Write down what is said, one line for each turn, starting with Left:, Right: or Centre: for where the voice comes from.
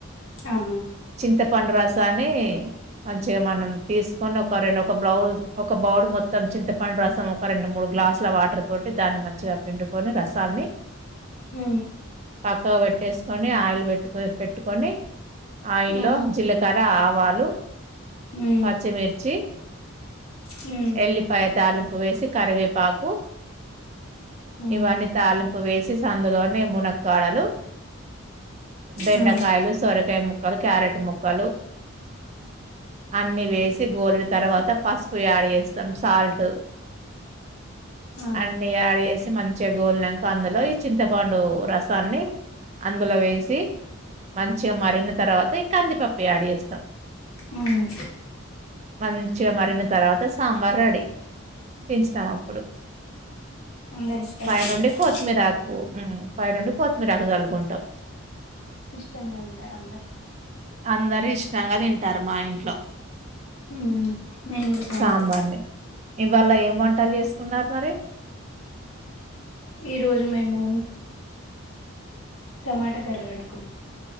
Left: ఆహ
Right: చింతపండు రసాన్ని మంచిగా మనం తీసుకొని ఒక రెండు ఒక బౌల్ ఒక బౌడ్ మొత్తం చింతపండు రసం ఒక రెండు మూడు గ్లాసుల వాటర్ తోటి దాన్ని మంచిగా పిండుకొని రసాన్ని
Left: ఉ
Right: పక్కకు వెట్టేసుకొని ఆయిల్ పెట్టు పెట్టుకొని ఆయిల్
Left: హ్మ్
Right: లో జిల్లకార్ ఆవాలు
Left: హ్మ్
Right: పచ్చిమిర్చి
Left: హ్మ్
Right: ఎల్లిపాయ తాలింపు వేసి కరివేపాకు
Left: హ్మ్
Right: ఇవన్నీ తాలింపు వేసేసి అందులోనే మునక్కాడలు బెండకాయలు
Left: ఆ!
Right: సొరకు పెము ముక్కలు క్యారెట్ ముక్కలు అన్నీ వేసి గోరిడు తర్వాత పసుపు యాడ్ చేస్తాం సాల్ట్
Left: ఆ!
Right: అన్ని యాడ్ చేసి మంచిగా గోల్నాంక అందులో ఈ చింతపండు రసాన్ని అందులో వేసి మంచిగా మరిగిన తర్వాత ఈ కందిపప్పు యాడ్ చేస్తా
Left: హ్మ్
Right: మళ్ల్ మంచిగా మరిగిన తర్వాత సాంబార్ రెడీ దించుతాం అప్పుడు
Left: అందరు ఇష్టంగా
Right: పైనుండి
Left: తింటారా?
Right: కొత్తిమీరాకు పై నుండి కొత్తిమీరాకు జల్లుకుంటాం
Left: ఇష్టంగా తింటారు అందరు
Right: అందరు ఇష్టంగా తింటారు మా ఇంట్లో
Left: హ్మ్ మేము కూడా సాంబార్
Right: సాంబార్ని
Left: తింటాం.
Right: ఇవాళ ఏ వంటలు చేసుకున్నారు మరి
Left: ఈ రోజు మేము టమాటా కర్రీ వండుకున్నాం